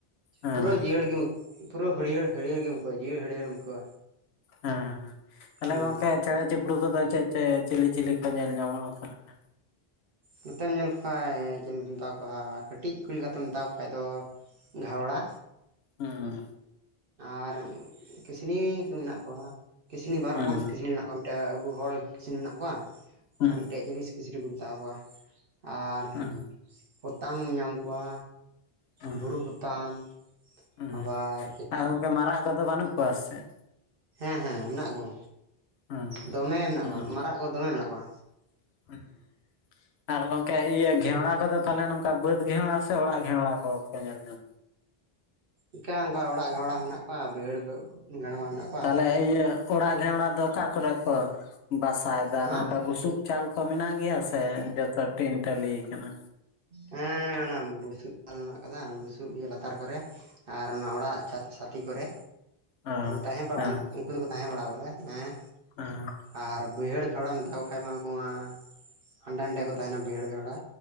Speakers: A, on the left; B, on the right.
A: ᱦᱮᱸ
B: ᱯᱩᱨᱟᱹ
A: ᱦᱮᱸ
B: ᱡᱤᱭᱟᱹᱲ ᱜᱮ ᱯᱩᱨᱟᱹ ᱦᱟᱹᱨᱤᱭᱟᱹᱲ ᱦᱟᱹᱨᱭᱟᱹᱨ ᱜᱮᱢ ᱟᱹᱭᱠᱩᱟᱹᱣᱟ ᱡᱤᱭᱟᱹᱲ ᱦᱟᱹᱨᱤᱭᱟᱹᱲᱮᱢ ᱟᱹᱭᱠᱟᱹᱣᱟ
A: ᱦᱮᱸ ᱦᱮᱸ ᱛᱟᱦᱞᱮ
B: ᱦᱩᱸ
A: ᱜᱚᱝᱠᱮ
B: ᱦᱩᱸ
A: ᱪᱮᱬᱮ ᱪᱤᱯᱲᱩ ᱠᱚᱫᱚ ᱪᱮᱫ ᱪᱮᱫ ᱪᱤᱞᱤ ᱪᱤᱞᱤ ᱠᱚ ᱧᱮᱞ ᱧᱟᱢᱚᱜ ᱚᱱᱠᱟ ᱞᱮᱠᱟ?
B: ᱱᱚᱛᱮᱢ ᱧᱮᱞ ᱠᱚ ᱠᱷᱟᱡ ᱪᱮᱞᱮ ᱵᱚᱱ ᱢᱮᱛᱟᱣ ᱠᱚᱣᱟ ᱠᱟᱹᱴᱤᱡ ᱠᱩ ᱞᱮᱠᱟ ᱛᱮᱢ ᱢᱮᱛᱟᱣ ᱠᱚ ᱠᱷᱟᱡ ᱫᱚ ᱫᱷᱟᱣᱲᱟ
A: ᱦᱩᱸ
B: ᱟᱨ ᱠᱤᱥᱱᱤ ᱠᱩ ᱢᱮᱱᱟᱜ ᱠᱚᱣᱟ ᱠᱤᱥᱱᱤ ᱵᱟᱨ
A: ᱦᱩᱸ
B: ᱨᱚᱠᱚᱢ ᱠᱤᱥᱱᱤ ᱢᱮᱱᱟᱜ ᱠᱚᱣᱟ ᱢᱤᱫᱴᱟᱹ ᱟᱵᱚ ᱦᱚᱲ ᱠᱤᱥᱱᱤ ᱢᱮᱱᱟᱜ ᱠᱚᱣᱟ
A: ᱦᱩᱸ
B: ᱟᱨ ᱢᱤᱫᱴᱮᱱ ᱡᱤᱱᱤᱥ ᱠᱤᱥᱱᱤ ᱠᱚ ᱢᱮᱛᱟ ᱠᱚᱣᱟ ᱟᱨ
A: ᱦᱩᱸ
B: ᱯᱚᱛᱟᱢᱮᱢ ᱧᱟᱢ ᱠᱚᱣᱟ
A: ᱦᱩᱸ
B: ᱵᱩᱨᱩ ᱯᱚᱛᱟᱢ
A: ᱦᱩᱸ
B: ᱟᱵᱟᱨᱻ
A: ᱟᱨ ᱜᱚᱝᱠᱮ ᱢᱟᱨᱟᱜ ᱠᱚᱫᱚ ᱵᱟᱹᱱᱩᱜ ᱠᱚᱣᱟ ᱥᱮ ᱪᱮᱫ
B: ᱦᱮᱸ ᱦᱮᱸ ᱢᱮᱱᱟᱜ ᱠᱚᱣᱟ
A: ᱦᱩᱸ
B: ᱫᱚᱢᱮ ᱢᱮᱱᱟᱜ
A: ᱦᱩᱸ
B: ᱠᱚᱣᱟ ᱢᱟᱨᱟᱜ ᱠᱚ ᱫᱚᱢᱮ ᱢᱮᱱᱟᱜ ᱠᱚᱣᱟ
A: <unintelligible> ᱟᱨ ᱜᱚᱝᱠᱮ ᱤᱭᱟᱹ ᱜᱷᱮᱣᱲᱟ ᱠᱚᱫᱚ ᱛᱟᱦᱚᱞᱮ ᱱᱚᱝᱠᱟ ᱵᱟᱹᱫᱽ ᱜᱷᱮᱣᱲᱟ ᱥᱮ ᱚᱲᱟᱜ ᱜᱷᱮᱣᱲᱟ ᱠᱚ ᱯᱮ ᱧᱮᱞ ᱧᱟᱢ
B: ᱤᱠᱟ ᱚᱱᱠᱟ ᱚᱲᱟᱜ ᱜᱷᱮᱣᱲᱟ ᱦᱚᱸ ᱢᱮᱱᱟᱜ ᱠᱚᱣᱟ ᱵᱟᱹᱭᱦᱟᱹᱲ ᱜᱷᱮᱲᱣᱟ ᱦᱚᱸ ᱢᱮᱱᱟᱜ ᱠᱚᱣᱟ
A: ᱛᱟᱦᱚᱞᱮ ᱤᱭᱟᱹ ᱚᱲᱟᱜ ᱜᱷᱮᱣᱲᱟ ᱫᱚ ᱚᱠᱟ ᱠᱚᱨᱮ ᱠᱚ ᱵᱟᱥᱟᱭᱮᱫᱟ
B: ᱦᱟᱸ
A: ᱱᱚᱝᱠᱟ ᱵᱩᱥᱩᱵ ᱪᱟᱞ ᱠᱚ ᱢᱮᱱᱟᱜ ᱜᱮ ᱜᱮᱭᱟ ᱥᱮ <unintelligible> ᱴᱤᱱ ᱴᱟᱹᱞᱤ ᱟᱠᱟᱱᱟ
B: ᱦᱮᱸ ᱚᱱᱟ ᱵᱩᱥᱩᱯ <unintelligible> ᱢᱮᱱᱟᱜ ᱟᱠᱟᱫᱟ ᱵᱩᱥᱩᱯ ᱤᱭᱟᱹ ᱞᱟᱛᱟᱨ ᱠᱚᱨᱮ ᱟᱨ ᱱᱚᱣᱟ ᱚᱲᱟᱜ <unintelligible> ᱥᱟᱛᱷᱤ ᱠᱚᱨᱮ
A: ᱚ
B: ᱛᱟᱦᱮᱸ ᱵᱟᱲᱟᱜᱼᱟ
A: ᱦᱮᱸ
B: ᱩᱱᱠᱩ ᱫᱚ ᱛᱟᱦᱮᱸ ᱵᱟᱲᱟ ᱵᱚᱞᱮ ᱮᱸ
A: ᱦᱟᱸ
B: ᱟᱨ ᱵᱟᱹᱭᱦᱟᱹᱲ ᱫᱷᱣᱲᱟ ᱢᱮᱛᱟᱠᱚ ᱠᱷᱟᱡ ᱢᱟ ᱩᱱᱠᱩ ᱢᱟ ᱦᱟᱸᱰᱮ ᱱᱟᱰᱮ ᱠᱚ ᱛᱟᱦᱮᱱᱟ ᱵᱟᱹᱭᱦᱟᱹᱲ ᱜᱷᱮᱣᱲᱟ